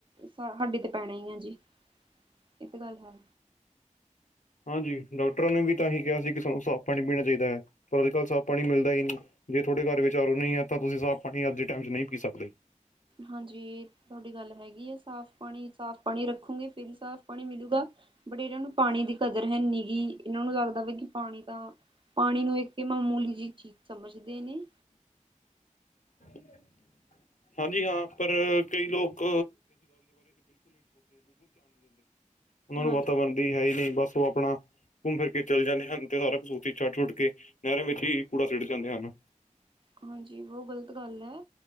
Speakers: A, on the right; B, on the left.
A: ਸਾਡੇ ਤੇ ਪੈਣਾ ਈ ਐ। ਹਾਂਜੀ, ਇਹ 'ਤੇ ਗੱਲ ਹੈ।
B: ਹਾਂਜੀ, ਡਾਕਟਰਾ ਨੇ ਵੀ ਤਾ ਇਹੀ ਕਿਹਾ, ਸੀ ਕਿ ਸਾਨੂੰ ਸਾਫ ਪਾਣੀ ਪੀਣਾ ਚਾਹੀਦਾ ਐ, ਪਰ ਅੱਜ ਕੱਲ ਸਾਫ ਪਾਣੀ ਮਿਲਦਾ ਈ ਨੀ। ਜੇ, ਤੁਹਾਡੇ ਘਰ ਵਿਚ ਆਰੋ, ਨਹੀ ਹੈ ਤਾ ਤੁਸੀ ਸਾਫ ਪਾਣੀ, ਅੱਜ ਦੇ ਟਾਈਮ 'ਚ ਨਹੀ ਪੀ ਸਕਦੇ।
A: ਹਾਂਜੀ, ਤੁਹਾਡੀ ਗੱਲ ਹੈਗੀ ਆ ਸਾਫ ਸਾਫ ਪਾਣੀ ਰੱਖੋਗੇ ਫਿਰ, ਸਾਫ ਪਾਣੀ ਮਿਲੇਗਾ, ਬਟ ਇਹਨਾ ਨੂੰ ਪਾਣੀ ਦੀ ਕਦਰ ਹੈਨੀ ਗੀ, ਇਹਨਾ ਨੂੰ ਲੱਗਦਾ ਵਾ ਕਿ ਪਾਣੀ ਤਾ- ਪਾਣੀ ਨੂੰ, ਇੱਕ ਮਾਮੂਲੀ ਜਿਹੀ ਚੀਜ ਸਮਝਦੇ ਨੇ?
B: <inaudible> <inaudible> ਹਾਂਜੀ - ਹਾ ਪਰ ਕਈ ਲੋਕ ਉਹਨਾ ਨੂੰ
A: ਹਾਂਜੀ
B: ਵਾਤਾਵਰਨ ਦੀ ਹੈ ਈ ਨੀ, ਬਸ ਉਹ ਆਪਣਾ ਘੁੰਮ ਫਿਰ ਕੇ ਚੱਲੇ ਜਾਂਦੇ ਹਨ। ਤੇ ਸਾਰਾ ਕੁਛ ਉਥੇ ਈ ਛਡ-ਛੂਡ ਕਿ ਨਹਿਰਾ ਵਿੱਚ, ਹੀ ਕੂੜਾ ਸਿੱਟ ਜਾਂਦੇ ਹਨ।
A: ਹਾਂਜੀ ਬਹੁਤ ਗਲਤ ਗੱਲ ਐ,